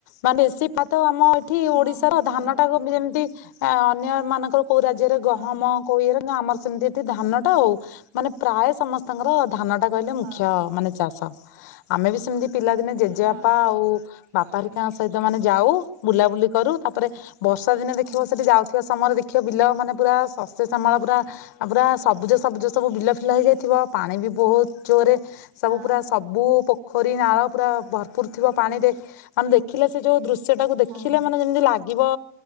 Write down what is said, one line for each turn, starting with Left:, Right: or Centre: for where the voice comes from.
Left: ମାନେ ବେଶି ପ୍ରାୟତଃ ଆମ ଏଠି ଓଡିଶାର
Right: ହଁ
Left: ଧାନ ଟାକୁ
Right: ଚାଷ
Left: ଯେମିତି ଅନ୍ୟ ମାନଙ୍କର କୋଉ ରାଜ୍ୟରେ ଗହମ
Right: ହଁ
Left: କୋଉ ଇଏରେ ଆମର ସେମିତି ଏଠି ଧାନ ହଉ ମାନେ ପ୍ରାୟ ସମସ୍ତଙ୍କର ଧାନ ଟା କହିଲେ ମୁଖ୍ୟ
Right: ହଁ
Left: ମାନେ ଚାଷ। ଆମେ ବି ସେମିତି ପିଲାଦିନେ ଜେଜେବାପା
Right: ହଁ
Left: ଆଉ ବାପା ବାରିକାଙ୍କ ସହିତ ମାନେ ଯାଉ ବୁଲାବୁଲି କରୁ ତାପରେ ବର୍ଷା ଦିନେ ଦେଖିବ
Right: ହୁଁ।
Left: ସେଠି ଯାଉଥିବା ସମୟରେ ଦେଖିବ ବିଲ ମାନେ ପୁରା ଶସ୍ୟ ସମ୍ଭଳ ପୁରା ପୁରା ସବୁଜ ସବୁଜ ସବୁ ବିଲ ଫିଲ ହେଇଯାଇଥିବ ପାଣି ବି ବହୁତ ଜୋରରେ ସବୁ
Right: ହଁ
Left: ପୁରା ସବୁ ପୋ ଖରୀ, ନାଳ ପୁରା ଭରପୁର ଥିବ ପାଣି ରେ ମାନେ ଦେଖିଲେ ସେ ଯୋଉ ଦୃ ଶ୍ୟ ଟାକୁ ଦେଖିଲେ
Right: ହଁ
Left: ମାନେ ଯେମିତି ଲାଗିବ